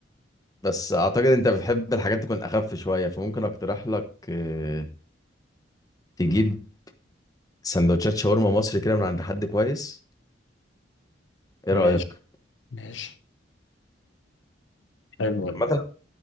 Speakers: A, on the left; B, on the left.
A: بس اعتقد انت بتحب الحاجات تكون اخف شوية فممكن اقترح لك آه، تجيب سندوتشات شاورما مصري كده من عند حد كويس ايه
B: ماشي
A: رأيك
B: ماشي حلو ال-
A: عامة